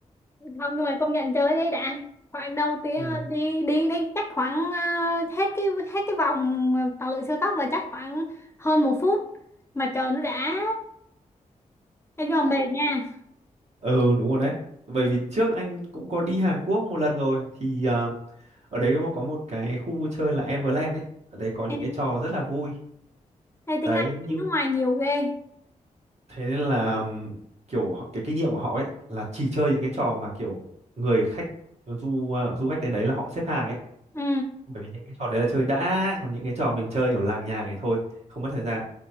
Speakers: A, on the left; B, on the right.
A: không nhưng mà công nhận chơi đấy đã khoảng đầu tiếng
B: ừ
A: đi đi đi chắc khoảng ờ, hết cái hết cái vòng tàu lượn siêu tốc là chắc khoảng hơn một phút mà chờ nó đã em nhưng mà mệt nha
B: ừ đúng rồi đấy bởi vì trước anh cũng có đi Hàn Quốc một lần rồi thì à, ở đấy nó có một cái khu vui chơi là Everland ấy ở đấy có những
A: ê,
B: cái trò rất là vui
A: ê tính
B: đấy
A: ra anh
B: nhưng
A: nước ngoài nhiều ghê
B: thế nên là ừm, kiểu họ- cái kinh nghiệm của họ ấy là chỉ chơi những cái trò mà kiểu người khách du à, du khách đến đấy là họ xếp hàng ấy
A: ừ
B: bởi vì những cái trò đấy là chơi đã còn những cái trò mình chơi kiểu làng nhàng này thôi không mất thời gian